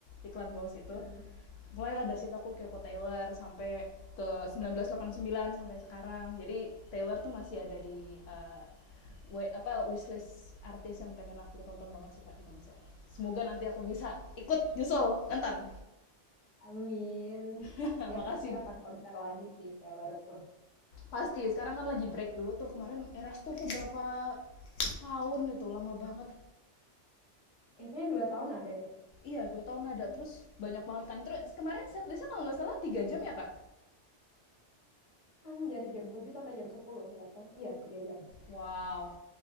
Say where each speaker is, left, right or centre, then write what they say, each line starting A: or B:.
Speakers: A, on the left; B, on the left.
A: iklan Walls itu
B: Mm-mm.
A: mulailah dari situ aku kepo Taylor sampai ke 1989 sampai sekarang jadi Taylor tuh masih ada di eh, we- apa wishlist artis yang pengen aku tonton banget sih kak di konser semoga nanti aku bisa ikut nyusul nonton
B: Amin.
A: <laughs>
B: Dia
A: makasih
B: pasti akan konser lagi sih, Taylor Swift.
A: pasti sekarang kan lagi break dulu tuh kemarin Eras Tour tuh berapa tahun itu lama banget
B: Eh, kayaknya dua tahun ada deh.
A: iya dua tahun ada terus banyak banget kan terus kemarin setlistnya kalau nggak salah tiga jam ya kak
B: Hmm, dari jam tujuh sampai jam 10 8. Iya, tiga jam.
A: wow